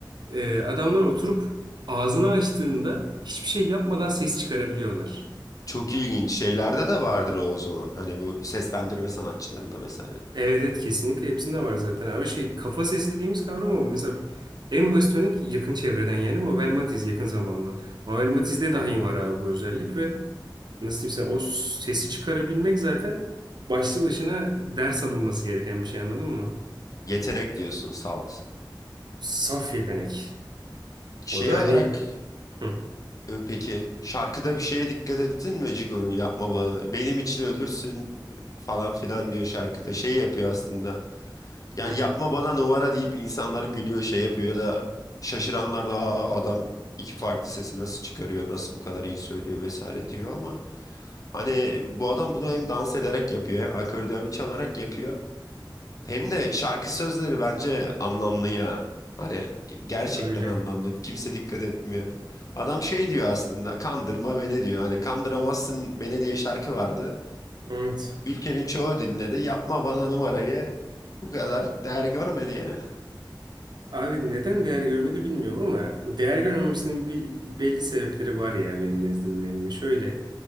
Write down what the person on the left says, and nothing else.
Çok ilginç. Şeylerde de vardır o, o zaman. Hani bu seslendirme sanatçılarında vesaire.
O
yetenek diyorsun salt.
Şey
olarak
e, peki şarkıda bir şeye dikkat ettin mi Cigo'nun yapma bana benim için ölürsün falan filan diyor şarkıda. Şey yapıyor aslında. Yani
yapma bana numara deyip insanlar gülüyor şey yapıyor da şaşıranlar da "Aa, adam iki farklı sesi nasıl çıkarıyor nasıl bu kadar iyi söylüyor vesaire diyor ama hani bu adam bunu hem dans ederek yapıyor hem akordeon çalarak yapıyor hem de şarkı sözleri bence anlamlı ya hani ge- gerçekten
anlamlı kimse dikkat etmiyor adam şey diyor aslında kandırma beni diyor hani kandıramazsın beni diye şarkı vardı
ülkenin çoğu dinledi yapma bana numarayı bu kadar değer görmedi yani.